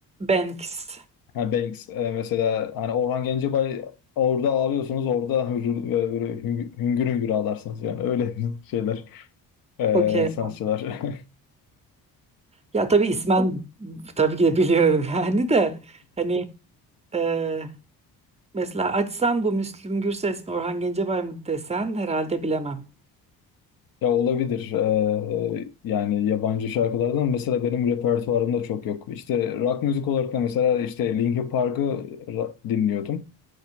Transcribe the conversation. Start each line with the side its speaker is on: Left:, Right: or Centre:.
Right: Banks.
Left: Ha, Banks e, mesela hani Orhan Gencebay orada ağlıyorsunuz orada hüngür, böyle hüngür, hüngür hüngür ağlarsınız yani öyle <laughs> şeyler e,
Right: Okey.
Left: sanatçılar. <laughs>
Right: Ya tabii ismen tabii ki de biliyorum <laughs> yani de hani e, mesela açsam bu Müslüm Gürses mi Orhan Gencebay mı desen herhalde bilemem.
Left: Ya olabilir. Ee, e, yani yabancı şarkılardan mesela benim repertuarımda çok yok. İşte rock müzik olarak da mesela işte Linkin Park'ı ra- dinliyordum.